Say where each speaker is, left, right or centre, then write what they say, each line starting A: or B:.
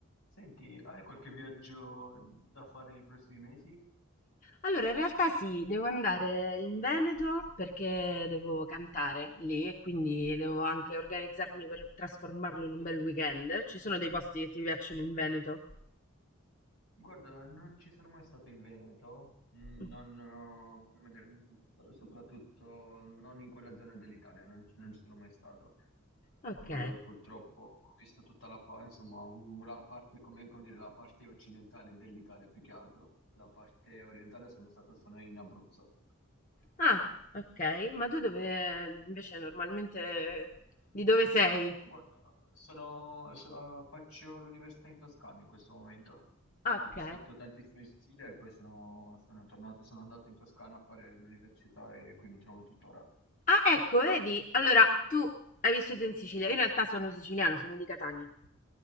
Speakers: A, on the left; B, on the left.
A: Senti, hai qualche viaggio da fare nei prossimi mesi?
B: Allora, in realtà sì, devo andare in Veneto perché devo cantare lì e quindi devo anche organizzarmi per trasformarlo in un bel weekend. Ci sono dei posti che ti piacciono in Veneto?
A: Guarda, non ci sono mai stato in Veneto, mm,
B: Mm,
A: non, eh, come dire, non- soprattutto non in quella zona dell'Italia, non, ci non ci sono mai stato.
B: Ok.
A: Pur- purtroppo ho visto tutta la, pa- insomma, un- la parte, come, come dire, la parte occidentale dell'Italia più che altro. La parte orientale sono stato solo in Abruzzo.
B: Ah, ok. Ma tu dove invece normalmente di dove sei?
A: Ma Guarda, sono, so- allora, faccio l'università in Toscana in questo momento.
B: Ok.
A: Ho vissuto tantissimo in Sicilia e poi sono, sono tornato, sono andato in Toscana a fare l'università e qui mi trovo tuttora.
B: Ah, ecco, vedi? Allora, tu hai vissuto in Sicilia. Io In realtà sono siciliana, sono di Catania.